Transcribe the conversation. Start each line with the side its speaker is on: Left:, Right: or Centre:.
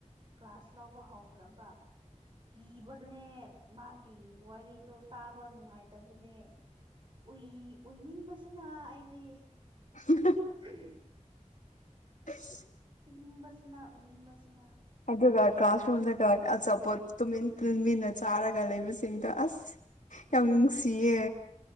Right: ꯀ꯭ꯂꯥꯁ ꯂꯧꯕ ꯍꯧꯈ꯭ꯔꯕ ꯀꯤꯕꯅꯦ ꯃꯥꯒꯤ ꯋꯥꯔꯤꯗꯣ ꯇꯥꯕ ꯅꯨꯡꯉꯥꯏꯇꯕꯅꯦ ꯎꯏ ꯎꯏꯅꯤꯡꯕꯁꯤꯅ ꯑꯩꯗꯤ
Left: <unintelligible>
Right: <unintelligible>
Left: ꯑꯁ
Right: ꯏꯅꯤꯡꯕꯁꯤꯅ ꯑꯣꯏꯅꯤꯡꯕꯁꯤꯅ
Left: ꯑꯗꯨꯒ ꯀ꯭ꯂꯥꯁꯔꯨꯝꯗꯒ ꯑꯆꯥꯄꯣꯠ ꯇꯨꯃꯤꯟ ꯇꯨꯃꯤꯟꯅ ꯆꯥꯔꯒ ꯂꯩꯕꯁꯤꯡꯗꯣ ꯑꯁ ꯌꯥꯝ ꯅꯨꯡꯁꯤꯌꯦ